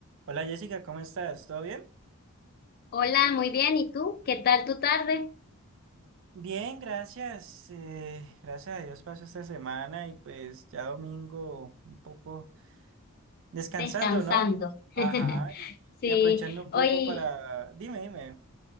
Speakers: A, on the right; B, on the left.
A: Hola Jessica, ¿cómo estás? ¿Todo bien?
B: Hola, muy bien. ¿Y tú? ¿Qué tal tu tarde?
A: Bien, gracias. eh, gracias a Dios pasó esta semana y pues ya domingo un poco descansando,
B: Descansando.
A: ¿no? Ajá,
B: <laughs>
A: y,
B: Sí,
A: y aprovechando un poco
B: hoy,
A: para... Dime, dime.